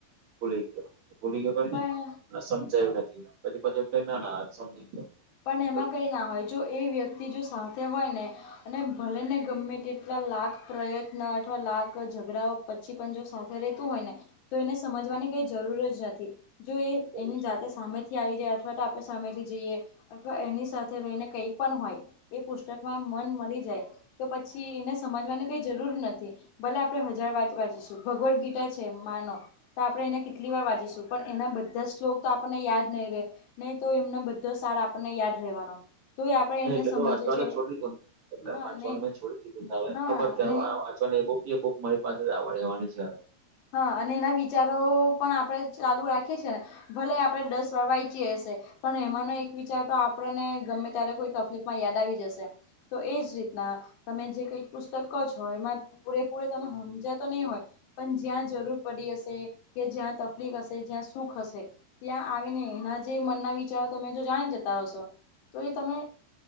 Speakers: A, on the right; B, on the left.
A: ભુલી ગયો. ભૂલી ગયો
B: પણ
A: ઘ ને સમજાયું નથી પછી પછી ના ના સમજી ગયો.
B: પણ એમાં
A: એવું
B: કઈ ના હોય જો એ વ્યક્તિ જો સાથે હોય ને- - અને ભલે ને ગમે તેટલા લાખ પ્રયત્ન અથવા લાખ ઝઘડાઓ પછી પણ જો- - રહેતું હોય ને તો એને સમજવાની કઈ જરૂર જ નથી. જો એ
A: એવું
B: એની જાતે સામેથી આવી જાય અથવા તો આપણે સામેથી જઈએ- - અથવા એની સાથે રહીને કઈ પણ હોય એ પુસ્તકમાં મન મળી જાય તો પછી એને સમજવાની કઈ જરૂર નથી ભલે આપડે હજાર વાત વાંચીએ. ભગવદ ગીતા છે માનો- - તો આપણે એને કેટલી વાર વાંચીશું પણ એના બધા શ્લોક તો આપણને યાદ નહીં રહે. નહી તો એમનો બધો સારા આપણને યાદ રહેવાનો. તોય આપણે
A: ન એટલે
B: એને સમજીએ
A: તો વાંચવાને
B: છે
A: છોડી દધુંને એટલે
B: હા
A: વાંચવાનું
B: અને
A: મેં છોડી દીધું છે હવે
B: હા
A: ખબર કે
B: ને
A: હ- - ને એ બુક એ બુક મારી પાસે જ આવવાડ રહેેવાની છે હવે- -
B: હા અને એના વિચારો પણ આપણે ચાલુ રાખીએ છી ને ભલે આપડે દસ વાર વાંચીયએ હશે પણ એમાંનો એક વિચાર તો આપણને ગમે ત્યારે કોઈ તકલીફમાં યાદ આવી જશે તો એજ રીતના તમે જે કઈ પુસ્તકો જ હોય એમાં પૂરેપૂરે તમે સમજાતો નહીં હોય પણ જ્યાં જરૂર પડી હશે કે જ્યાં તકલીફ હશે જ્યાં સુખ હશે ત્યાં આવીને એના જે મનના વિચારો તમે જો જાણી જતા હશો તો એ તમે